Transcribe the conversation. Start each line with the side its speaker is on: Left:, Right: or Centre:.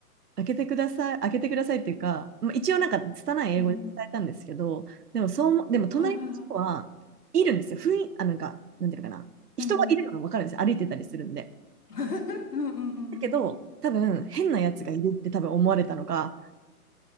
Right: 開けてください、開けてくださいっていうか、まあ、一応なんか拙い英語で伝えたんですけど、
Left: うんうん。
Right: でもそう思、でも隣の人はいるんですよ。
Left: はいはいはい。
Right: 雰囲、あ、なんか、なんていうのかな。人はいるのが分かるんですよ。
Left: うんうん。
Right: 歩いてたりするんで。
Left: <laughs> うんうんうんうん。
Right: だけど、多分変なやつがいるって多分思われたのが、